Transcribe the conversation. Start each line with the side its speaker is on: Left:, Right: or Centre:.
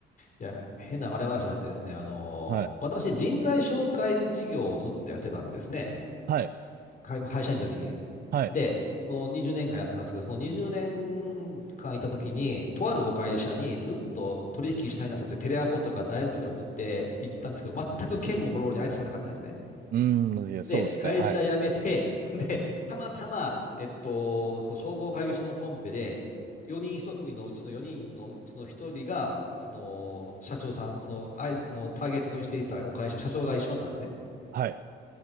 Left: いや、変な笑い話があってですね、あのー私、
Right: はい。
Left: 人材紹介事業をずっとやってたんですね。
Right: はい。
Left: 会、会社員の時に。
Right: はい。
Left: で、その20年間やってたんですけど、その20年間いた時に、とあるお会社にずっと取引したいなと思って、テレアポとかダイレクトメール送って行ったんですけど、全く県もフォローに相手されなかったんですね。
Right: うーん、いや、そうですよね。
Left: で、会社辞めて、
Right: はい。
Left: <laughs> で、たまたま、えっと、そう、商工会議所のコンペで、4人一組のうちの4人のうちの1人が、その、社長さん、その、あい、あの、ターゲットにしていたお会社の社長が一緒だったんですね。
Right: はい。